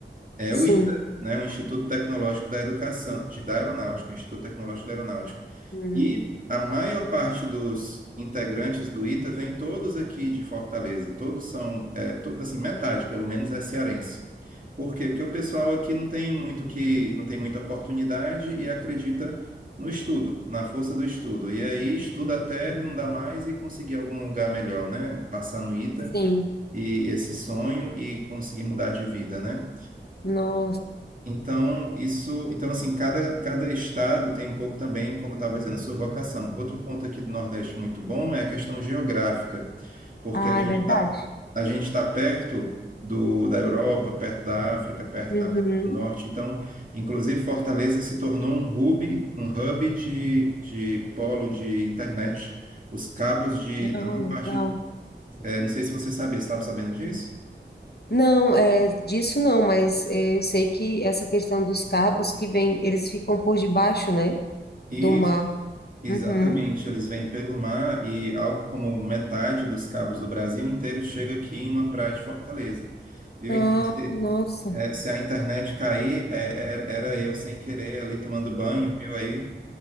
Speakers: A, on the right; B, on the left.
A: é
B: Sim.
A: o ITA, né? O Instituto Tecnológico da Educação, de, da Aeronáutica, o Instituto Tecnológico da Aeronáutica.
B: Uhum.
A: E a maior parte dos integrantes do ITA vem todos aqui de Fortaleza, todos são, é, to- assim, metade pelo menos é cearense. Por quê? Porque o pessoal aqui não tem muito que, não tem muita oportunidade e acredita no estudo, na força do estudo. E aí estuda até não dá mais e conseguir algum lugar melhor, né? Passar no ITA
B: Sim.
A: e esse sonho e conseguir mudar de vida, né?
B: Nossa.
A: Então, isso, então assim, cada, cada estado tem um pouco também, como eu estava dizendo, a sua vocação. Outro ponto aqui do Nordeste muito bom é a questão geográfica, porque
B: Ah,
A: a gente
B: é verdade.
A: está a gente está perto do, da Europa, perto da África, perto
B: Uhum.
A: da América do Norte. Então, inclusive, Fortaleza se tornou um hub, um hub de, de polo de internet. Os cabos de,
B: Ah,
A: da maior
B: legal.
A: parte, eh, não sei se você sabia, você estava sabendo disso?
B: Não, é, disso não, mas é, eu sei que essa questão dos cabos que vem, eles ficam por debaixo, né,
A: Isso,
B: do mar.
A: exatamente.
B: Uhum.
A: Eles vêm pelo mar e algo como metade dos cabos do Brasil inteiro chega aqui em uma praia de Fortaleza. Viu?
B: Ah,
A: Então, se,
B: nossa.
A: é, se a internet cair, é, é, era eu sem querer ali tomando banho, viu aí?